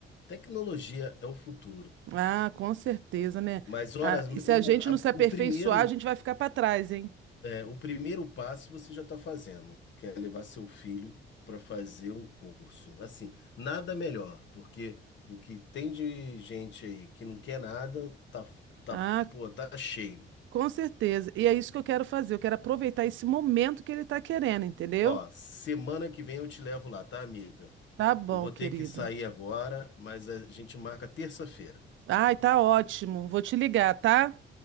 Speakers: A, on the left (about 70°); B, on the right (about 75°).
A: tecnologia é o futuro.
B: Ah, com certeza, né?
A: Mas olha,
B: Ah, e se
A: o,
B: a gente
A: a-
B: não se aperfeiçoar,
A: o primeiro,
B: a gente vai ficar para trás, hein?
A: é, o primeiro passo você já está fazendo, que é levar seu filho para fazer um curso. Assim, nada melhor, porque o que tem de gente aí que não quer nada tá, tá,
B: Ah,
A: pô, tá cheio.
B: com certeza. E é isso que eu quero fazer. Eu quero aproveitar esse momento que ele tá querendo, entendeu?
A: Ó, semana que vem eu te levo lá, tá, amiga?
B: Tá bom,
A: Eu vou
B: querido.
A: ter que sair agora, mas a gente marca terça-feira.
B: Ai, tá ótimo. Vou te ligar, tá?